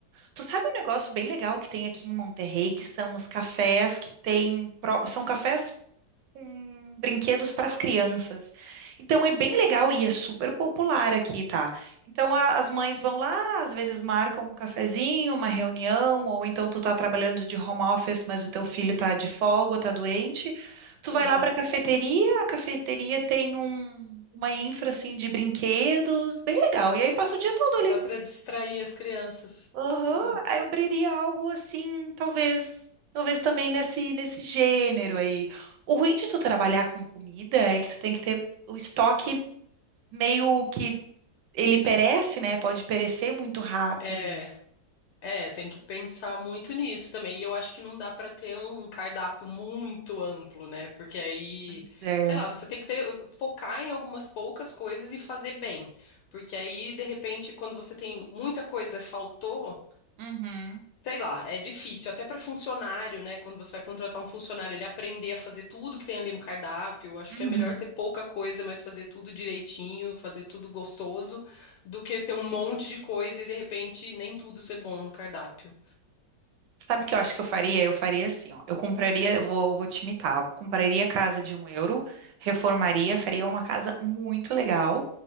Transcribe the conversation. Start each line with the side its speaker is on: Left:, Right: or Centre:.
Right: Tu sabe um negócio bem legal que tem aqui em Monterrey, que são os cafés que tem, pro- são cafés com brinquedos para as crianças. Então é bem legal e é super popular aqui, tá? Então a- as mães vão lá, às vezes marcam um cafezinho, uma reunião, ou então tu tá trabalhando de home office, mas o teu filho tá de folga, tá doente. Tu
Left: Aham,
Right: vai lá para a cafeteria, a cafeteria tem um- uma infra assim de brinquedos, bem legal. E aí passa o dia todo ali.
Left: Dá pra distrair as crianças.
Right: Aham,
Left: Hum.
Right: aí eu abriria algo assim, talvez, talvez também nesse nesse gênero aí. O ruim de tu trabalhar com comida é que tu tem que ter o estoque meio que ele perece, né? Pode perecer muito rápido.
Left: É. É, tem que pensar muito nisso também. E eu acho que não dá pra ter um cardápio muito amplo, né? Porque aí,
Right: Pois é.
Left: sei lá, você tem que ter, focar em algumas poucas coisas e fazer bem. Porque aí, de repente, quando você tem muita coisa, e faltou,
Right: Uhum,
Left: sei lá, é difícil. Até pra funcionário, né? Quando você vai contratar um funcionário, ele aprender a fazer tudo que tem ali no cardápio. Eu acho
Right: uhum.
Left: que é melhor ter pouca coisa, mas fazer tudo direitinho, fazer tudo gostoso, do que ter um monte de coisa e, de repente, nem tudo ser bom no cardápio.
Right: Sabe o que eu acho que eu faria? Eu faria assim, ó. Eu compraria, eu vou, eu vou te imitar. Eu compraria a casa de um euro, reformaria, faria uma casa muito legal.